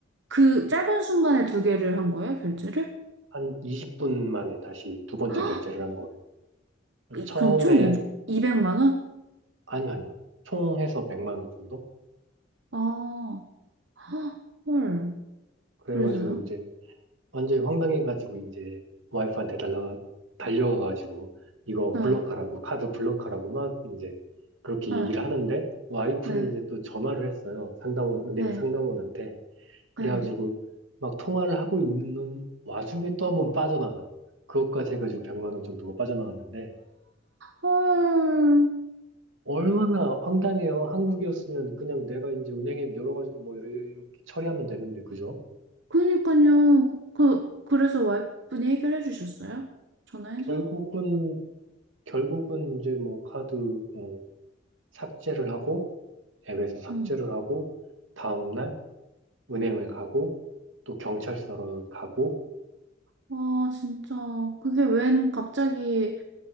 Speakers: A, on the right; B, on the right.
A: 그 짧은 순간에 두 개를 한 거예요, 결제를?
B: 한 20분 만에 다시 두 번째
A: 헉!
B: 결제를 한 거예요.
A: 이-
B: 처음에
A: 그럼 총 이, 200만 원?
B: 아니 아니요. 총 해서 100만 원 정도?
A: 아, 헉! 헐.
B: 그래가지고
A: 그래서요?
B: 이제 완전히 황당해가지고 이제 와이프한테 달라가 달려가가지고 이거
A: 네,
B: 블럭하라고 카드 블럭하라고 막 이제 그렇게
A: 네,
B: 얘기를 하는데 와이프는
A: 네,
B: 이제 또 전화를 했어요 상담원 은행
A: 네,
B: 상담원한테 그래가지고
A: 네.
B: 막 통화를 하고 있는 와중에 또 한번 빠져나가는 거예요 그것까지 해가지고 100만 원 정도가 빠져나갔는데
A: 어,
B: 얼마나 황당해요 한국이었으면 그냥 내가 이제 은행에 열어가지고 뭐 이렇게 처리하면 되는데 그죠
A: 그러니까요. 그, 그래서 와이프분이 해결해 주셨어요? 전화해서?
B: 결국은 결국은 이제 뭐 카드 어, 삭제를 하고 앱에서 삭제를
A: 응.
B: 하고 다음날 은행을 가고 또 경찰서를 가고
A: 와, 진짜. 그게 웬 갑자기,